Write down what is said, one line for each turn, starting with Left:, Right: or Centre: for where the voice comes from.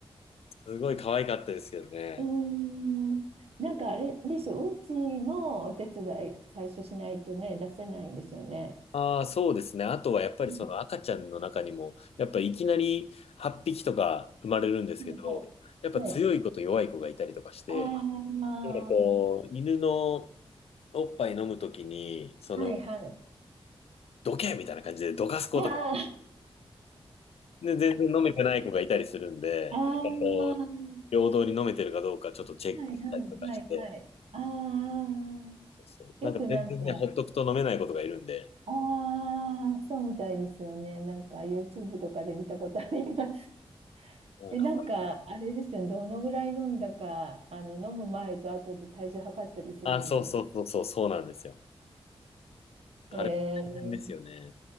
Left: すごい可愛かったですけどね。
Right: うん。うんなんかあれでしょ、うんちもお手伝い最初しないとね、出せないんですよね。
Left: ああ、そうですね。あとはやっぱりその赤ちゃんの中にも、
Right: うん。
Left: やっぱいきなり8匹とか生まれるんですけど、
Right: うんは
Left: やっぱ強い子と弱い子がいたりとかして、
Right: い。はい。ああ、
Left: なんかこう、犬のおっぱい飲むときに、その、
Right: はいはい。
Left: どけみたいな感じでどかす子とか、
Right: ああ、
Left: で、全然飲めてない子がいたりするんで、
Right: ああ、
Left: なんかこう、
Right: はい
Left: 平等に飲めてるかどうかちょっとチェックしたりとかして、
Right: はいはいはい。ああ、
Left: そうそうなんか全然ね、
Right: よくなんか、
Left: ほっとくと飲めない子とかいるんで、
Right: ああ、そうみたいですよね。なんか YouTube とかで見たことあります。
Left: なんか、
Right: え、なんか、あれですよね、どのぐらい飲んだか、あの、飲む前と後で体重測ったりするんです。
Left: あ、そうそうそうそう、そうなんですよ。タレも大変ですよね。
Right: えー、